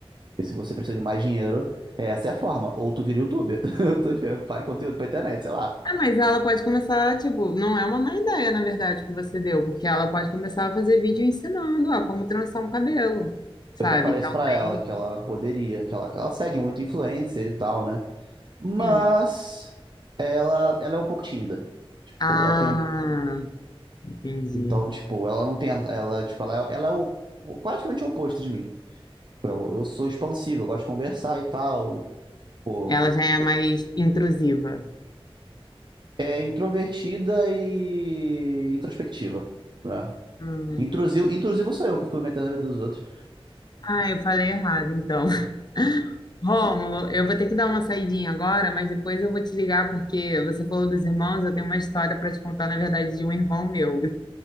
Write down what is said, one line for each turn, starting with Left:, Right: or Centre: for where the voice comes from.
Right: E se você precisa de mais dinheiro, essa é a forma. Ou tu vira youtuber. <laughs> Eu tô enfiando- Faz conteúdo pra internet, sei lá.
Left: Ah, mas ela pode começar, tipo, não é uma má ideia, na verdade, que você deu, porque ela pode começar a fazer vídeo ensinando, ó, como trançar um cabelo, sabe?
Right: Eu já falei isso
Left: Talvez,
Right: pra ela, que ela poderia, que ela, ela segue muito influencer e tal, né? Mas
Left: sim.
Right: ela, ela é um pouco tímida. Tipo,
Left: Ah,
Right: ela tem um.
Left: entendi.
Right: Então, tipo, ela não tem. a- Ela, tipo, ela, é- ela é o, o- praticamente o oposto de mim. Eu eu sou expansivo, eu gosto de conversar e tal. Pô,
Left: Ela já é
Right: pô.
Left: mais intrusiva.
Right: é introvertida e introspectiva, né?
Left: Hum.
Right: Intrusivo, intrusivo sou eu que fico me metendo na vida dos outros.
Left: Ah, eu falei errado, então. <laughs> Rômulo, eu vou ter que dar uma saidinha agora, mas depois eu vou te ligar porque você falou dos irmãos, eu tenho uma história para te contar, na verdade, de um irmão meu.